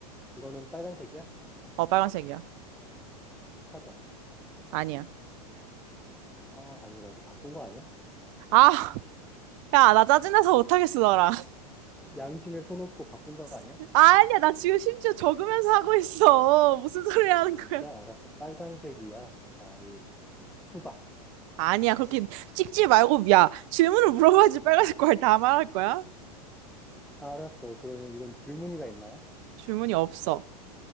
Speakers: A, in the centre; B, on the right (about 55°).
A: 이거는 빨간색이야?
B: 어, 빨간색이야.
A: 사과.
B: 아니야.
A: 아, 아니라고. 바꾼 거 아니야?
B: 아, 야, 나 짜증나서 못하겠어, 너랑.
A: 양심에 손 얹고 바꾼 거 아니야?
B: <laughs> 아니야, 나 지금 심지어 적으면서 하고 있어. 무슨 소리 하는
A: 아, 진짜?
B: 거야?
A: 알았어. 빨간색이야. 과일. 수박.
B: 아니야, 그렇게 찍지 말고, 야, 질문을 물어봐야지 빨간색 과일 다 말할 거야?
A: 아, 알았어. 그러면 이건 줄무늬가 있나요?
B: 질문이 없어.